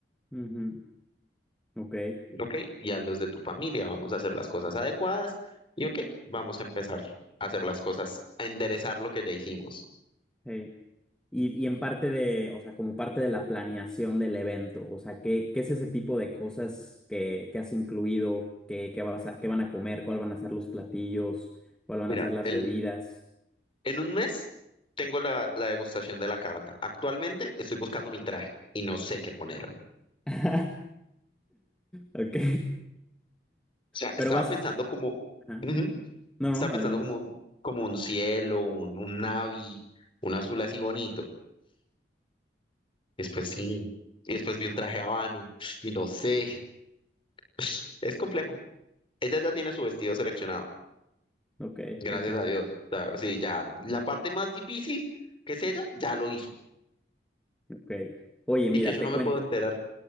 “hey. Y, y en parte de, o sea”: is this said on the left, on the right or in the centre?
Centre